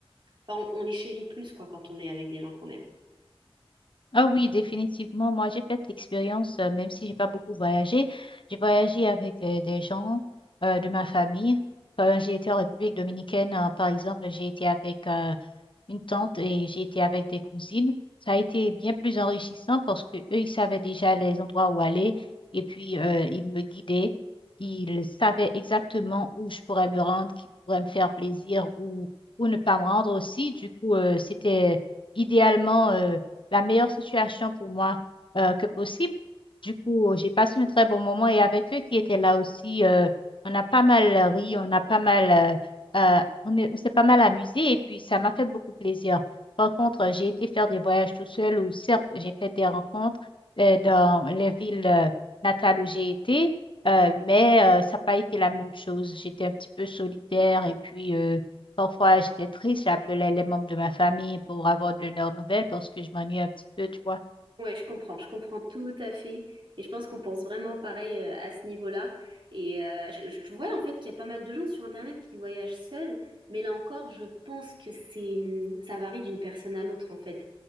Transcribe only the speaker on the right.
Enfin on, on les chérit plus quoi quand on est avec des gens qu'on aime.
Ouais, je comprends, je comprends tout à fait. Et je pense qu'on pense vraiment pareil euh, à ce niveau-là. Et euh, je, je vois en fait qu'il y a pas mal de gens sur Internet qui voyagent seuls, mais là encore, je pense que c'est, hum, ça varie d'une personne à l'autre en fait.